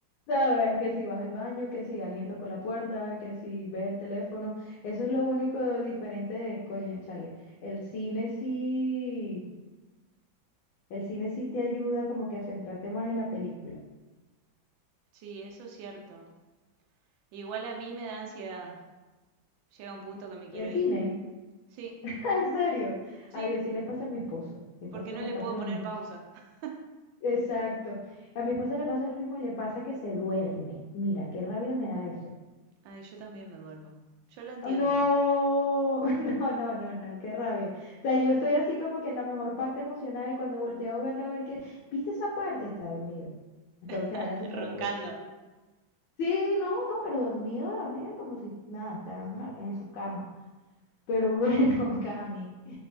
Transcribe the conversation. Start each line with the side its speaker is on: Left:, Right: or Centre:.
Left: Sabes que si vas al baño, que si alguien tocó la puerta, que si ves el teléfono, eso es lo único diferente de, coño, chale, el cine sí, el cine sí te ayuda como que a centrarte más en la película.
Right: Sí, eso es cierto. Igual a mí me da ansiedad. Llega un punto que me
Left: El
Right: quiero ir.
Left: cine,
Right: Sí,
Left: <laughs> en serio.
Right: sí,
Left: Ay, así le pasa a mi esposo. Mi esposo
Right: porque no
Left: le
Right: le
Left: pasa
Right: puedo
Left: lo
Right: poner
Left: mismo.
Right: pausa. <laughs>
Left: Exacto. A mi esposo le pasa lo mismo y le pasa que se duerme. Mira, qué rabia me da eso.
Right: Ay, yo también me duermo. Yo lo entiendo.
Left: No, <laughs> no, no, no, no, qué rabia. O sea, yo estoy así como que en la mejor parte emocionada y cuando volteo a verlo, a ver que, ¿viste esa parte? Está dormido. Me tengo que
Right: <laughs>
Left: quedar así con
Right: Roncando.
Left: el codo. Sí, no, no, pero dormido, dormido, como si nada, está en, la- en su cama. Pero bueno, <laughs> Cami,